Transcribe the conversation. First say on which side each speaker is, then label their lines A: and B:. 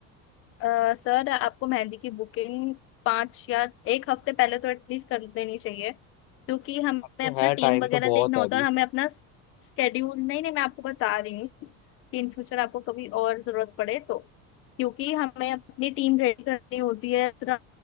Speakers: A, on the left (about 40°); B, on the left (about 80°).
A: अ, सर आपको मेहंदी की बुकिंग पाँच या एक हफ्ते पहले तो एटलीस्ट कर देनी चाहिए क्योंकि हमें
B: अब तो
A: अपना
B: है
A: टीम
B: टाइम
A: वगैरह
B: तो बहुत
A: देखना
B: है
A: होता
B: अभी
A: है और हमें अपना स्केड्यूल नहीं नहीं मैं आपको बता रही हूँ कि इन फ्यूचर आपको कभी और जरूरत पड़े तो क्योंकि हमें अपनी टीम रेडी करनी होती है इस तरह